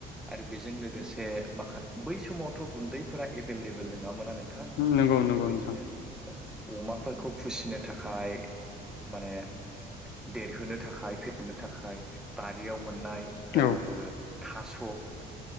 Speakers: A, in the centre; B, on the left.
A: आरो बेजों लोगोसे माखा बै समावथ' गुन्दैफोरा एभेलेबेल नङामोना आरो थां
B: नंगौ नंगौ
A: बेबायदिनो
B: नोंथां
A: अमाफोरखौ फिसिनो थाखाय माने देरहोनो थाखाय फेेरनो थाखाय बारियाव मोननाय ओ
B: औ
A: थास'